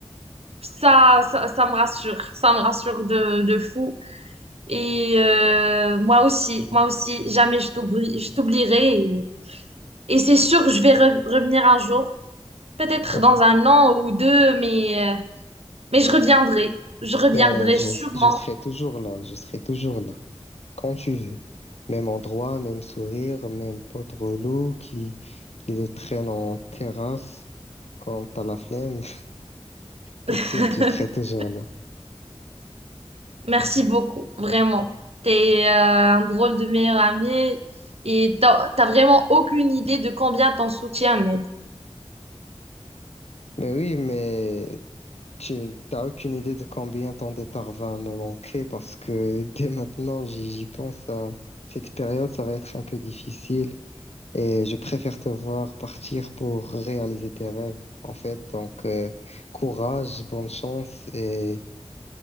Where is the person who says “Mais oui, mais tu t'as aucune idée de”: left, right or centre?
Left